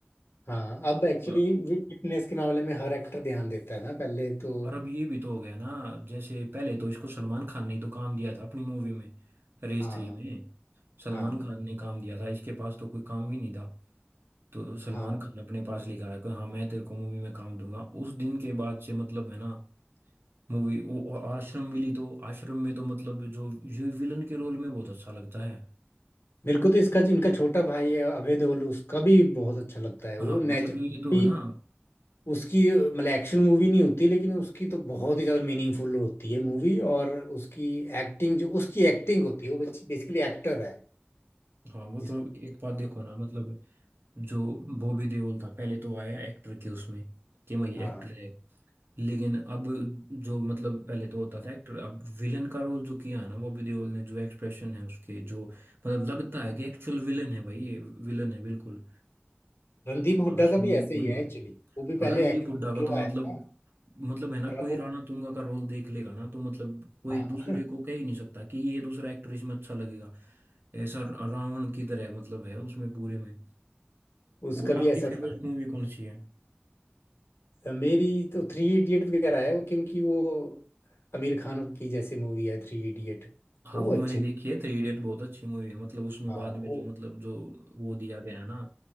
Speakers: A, on the left; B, on the right.
A: हाँ अब एक्चुअली
B: से
A: फिटनेस के मामले में हर एक्टर ध्यान देता है ना पहले तो
B: और अब ये भी तो हो गया ना जैसे पहले तो इसको सलमान खान ने ही तो काम दिया था अपनी मूवी में रेस
A: हाँ
B: थ्री में सलमान
A: हाँ
B: खान ने काम दिया था इसके पास तो कोई काम भी नहीं था तो सलमान
A: हाँ
B: खान अपने पास लेकर आया कि हाँ मैं तेरे को मूवी में काम दूंगा उस दिन के बाद से मतलब है ना मूवी वो और आश्रम मिली तो आश्रम में तो मतलब जो जो विलन के रोल में बहुत अच्छा लगता है
A: मेरे को तो इसका इनका छोटा भाई है अभय देओल उसका भी बहुत अच्छा लगता है वो
B: हाँ
A: नेचुरल
B: मतलब ये तो है ना
A: उसकी मतलब एक्शन मूवी नहीं होती लेकिन उसकी तो बहुत ही ज़्यादा मीनिंगफुल होती है मूवी और उसकी एक्टिंग जो उसकी एक्टिंग होती है वो बेसिकली एक्टर है
B: हाँ वो
A: जिसको
B: तो एक बात देखो ना मतलब जो बॉबी देओल था पहले तो आया एक्टर के उसमें कि भाई
A: हाँ
B: एक्टर है लेकिन अब जो मतलब पहले तो होता था एक्टर अब विलन का रोल जो किया है ना बॉबी देओल ने जो एक्सप्रेशन है उसके जो मतलब लगता है कि एक्चुअल विलन है भाई ये विलन है बिल्कुल
A: रणदीप हुड्डा
B: आश्रम
A: का भी
B: में
A: ऐसे
B: पूरे
A: ही है
B: में
A: एक्चुअली वो भी
B: और
A: पहले
B: रणदीप
A: हीरो
B: हुड्डा का तो मतलब
A: आया था
B: मतलब है ना
A: और
B: कोई
A: अब वो
B: राणा तुंगा का रोल देख लेगा ना तो मतलब कोई
A: हाँ
B: दूसरे को कह ही नहीं सकता कि ये दूसरा एक्टर इसमें अच्छा लगेगा ऐसा रावण की तरह मतलब है उसमें पूरे में
A: <laughs> उसका
B: और आपकी
A: भी ऐसा
B: फेवरेट
A: था
B: मूवी कौन सी है
A: मेरी तो थ्री इडियट वगैरह है क्योंकि वो आमिर खान की जैसे मूवी है थ्री इडियट
B: हाँ
A: वो
B: वो मैंने
A: अच्छी
B: देखी
A: थी
B: है थ्री इडियट बहुत अच्छी मूवी है मतलब उसमें
A: हाँ
B: बाद में
A: वो
B: जो मतलब जो वो दिया गया है ना